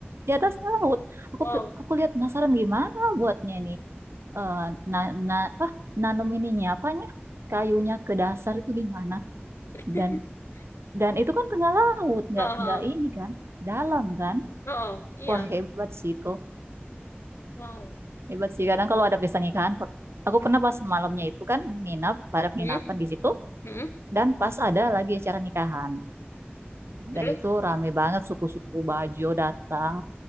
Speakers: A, on the right; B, on the left.
A: Di atasnya laut. Aku
B: Wow.
A: aku lihat penasaran gimana buatnya ini. Eh na, na, apa nanam ininya apanya? Kayunya ke dasar itu gimana?
B: <laughs>
A: Dan dan itu kan tengah laut, nggak
B: Oh,
A: nggak
B: oh,
A: ini kan, dalam kan.
B: oh, oh. iya.
A: Wah hebat sih itu,
B: Wow.
A: hebat sih. Kadang kalau ada pesta nikahan, aku pernah pas malamnya itu kan nginap pada penginapan
B: Hmm,
A: di situ,
B: hmm,
A: dan pas ada lagi acara nikahan,
B: terus?
A: dan itu rame banget suku-suku Bajo datang,